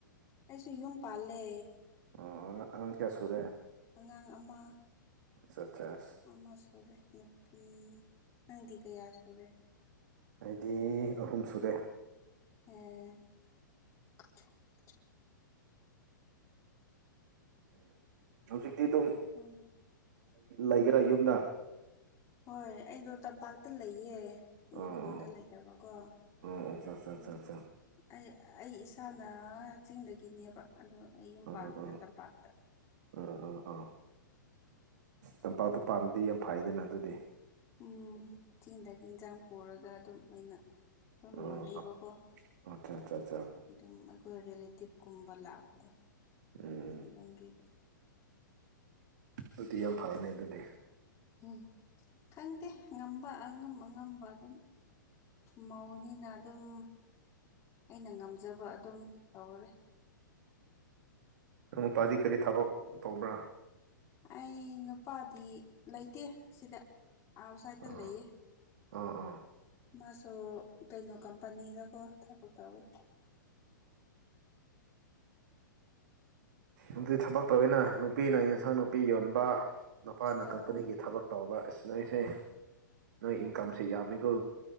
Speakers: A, on the left; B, on the right.
A: ꯑꯩꯁꯨ ꯌꯨꯝ ꯄꯥꯜꯂꯦ
B: ꯑꯣ ꯑꯉꯥꯡ ꯀꯌꯥ ꯁꯨꯔꯦ
A: ꯑꯉꯥꯡ ꯑꯃ
B: ꯑꯠꯆꯥ ꯑꯠꯆꯥ ꯑꯁ
A: ꯑꯃ ꯁꯨꯔꯦ ꯅꯨꯄꯤ ꯅꯪꯗꯤ ꯀꯌꯥ ꯁꯨꯔꯦ
B: ꯑꯩꯗꯤ ꯑꯍꯨꯝ ꯁꯨꯔꯦ
A: ꯑꯦ
B: ꯍꯧꯖꯤꯛꯇꯤ ꯑꯗꯨꯝ
A: ꯎꯝ
B: ꯂꯩꯈꯔꯦ ꯌꯨꯝꯗ
A: ꯍꯣꯏ ꯑꯩꯗꯣ ꯇꯝꯄꯥꯛꯇ ꯂꯩꯌꯦ ꯎꯪꯈꯜꯗ
B: ꯑꯣ
A: ꯂꯩꯇꯕꯀꯣ
B: ꯑꯣ ꯑꯠꯆꯥ ꯑꯠꯆꯥ ꯑꯠꯆꯥ
A: ꯎꯝ
B: ꯑꯠꯆꯥ
A: ꯑꯩ ꯑꯩ ꯏꯁ ꯏꯁꯥꯟꯅ ꯆꯤꯡꯗꯒꯤꯅꯦꯕ ꯑꯗꯣ ꯑꯩ ꯌꯨꯝ
B: ꯑꯥ
A: ꯄꯥꯟꯕꯅ
B: ꯑꯥ
A: ꯇꯝꯄꯥꯛꯇ
B: ꯑꯥ ꯑꯥ ꯑꯥ ꯇꯝꯄꯥꯛꯇ ꯄꯥꯟꯕꯗꯤ ꯌꯥꯝ ꯐꯩꯗꯅ ꯑꯗꯨꯗꯤ
A: ꯑꯣꯝ ꯆꯤꯡꯗꯒꯤ ꯏꯟꯁꯥꯡ ꯄꯨꯔꯒ ꯑꯗꯨꯝ ꯑꯩꯅ ꯑꯗꯨꯝ
B: ꯑꯣ
A: ꯌꯣꯟꯕꯤꯕꯀꯣ
B: ꯑꯠꯆꯥ ꯑꯠꯆꯥ ꯑꯠꯆꯥ
A: ꯑꯗꯨꯝ ꯑꯩꯈꯣꯏ ꯔꯤꯂꯦꯇꯤꯚ ꯀꯨꯝꯕ ꯂꯥꯛꯄꯗꯣ
B: ꯎꯝ
A: ꯑꯗꯨꯝ ꯌꯣꯟꯕꯤꯕ
B: ꯑꯗꯨꯗꯤ ꯌꯥꯝ ꯐꯔꯅꯦ ꯑꯗꯨꯗꯤ
A: ꯎꯝ ꯈꯪꯗꯦ ꯉꯝꯕ ꯑꯉꯝ ꯑꯉꯝꯕ ꯑꯗꯨꯝ ꯃꯧꯅꯤꯅ ꯑꯗꯨꯝ ꯑꯩꯅ ꯉꯝꯖꯕ ꯑꯗꯨꯝ ꯇꯧꯔꯦ
B: ꯎꯝ ꯅꯄꯥꯗꯤ ꯀꯔꯤ ꯊꯕꯛ ꯇꯧꯕ꯭ꯔꯥ
A: ꯑꯩ ꯅꯨꯄꯥꯗꯤ ꯂꯩꯇꯦ ꯁꯤꯗ ꯑꯥꯎꯠꯁꯥꯏꯗꯠꯇ
B: ꯑꯥ
A: ꯂꯩꯌꯦ
B: ꯑꯥ ꯑꯥ
A: ꯃꯥꯁꯨ ꯀꯩꯅꯣ ꯀꯝꯄꯅꯤꯗꯀꯣ ꯊꯕꯛ ꯇꯧꯋꯦ
B: ꯑꯗꯨ ꯊꯕꯛ ꯇꯧꯋꯤꯅ ꯅꯨꯄꯤꯅ ꯌꯦꯟꯁꯥꯡ ꯅꯨꯄꯤ ꯅꯨꯄꯤ ꯌꯣꯟꯕ ꯅꯨꯄꯥꯅ
A: ꯍꯣꯏ
B: ꯀꯝꯄꯅꯤꯒꯤ ꯊꯕꯛ ꯇꯧꯕ ꯑꯁꯤꯅꯔꯤꯁꯦ ꯅꯣꯏ ꯏꯟꯀꯝꯁꯦ ꯌꯥꯝꯃꯦꯀꯣ